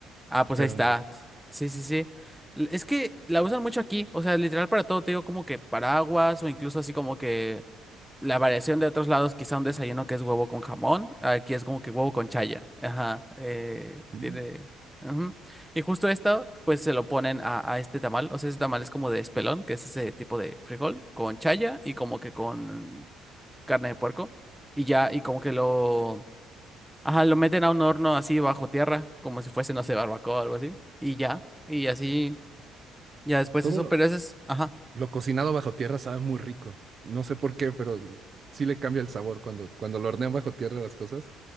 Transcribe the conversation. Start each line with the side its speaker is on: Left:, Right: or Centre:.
Centre: Ah, pues
Right: pero
Centre: ahí está.
Right: no. no.
Centre: Sí, sí, sí. L- Es que la usan mucho aquí, o sea, literal para todo, te digo como que paraguas o incluso así como que la variación de otros lados, quizá un desayuno que es huevo con jamón, aquí es como que huevo con chaya. Ajá, eh,
Right: Mm,
Centre: tiene... ujú. Y justo esto, pues se lo ponen a, a este tamal, o sea, ese tamal es como de espelón, que es ese tipo de frijol, con chaya y como que con carne de puerco, y ya, y como que lo... Ajá, lo meten a un horno así bajo tierra, como si fuese, no sé, barbacoa o algo así. Y ya, y así, ya después
Right: Todo
Centre: eso,
Right: lo,
Centre: pero ese es, ajá.
Right: lo cocinado bajo tierra sabe muy rico. No sé por qué, pero sí le cambia el sabor cuando, cuando lo hornean bajo tierra las cosas